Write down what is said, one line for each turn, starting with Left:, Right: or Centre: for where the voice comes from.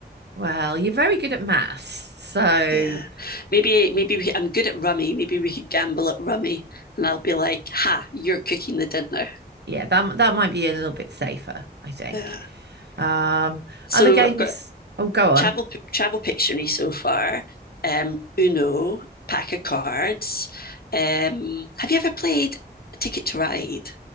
Right: well, you're very good at maths, so
Left: Yeah. Maybe, maybe we, I'm good at rummy. Maybe we could gamble at rummy and I'll be like, ha, you're cooking the dinner.
Right: yeah, that that might be a little bit safer, I think.
Left: Yeah.
Right: Um,
Left: So
Right: other games?
Left: I've got
Right: Oh, go on.
Left: travel, travel pictionary so far, um, Uno, pack of cards. Um, have you ever played Ticket to Ride?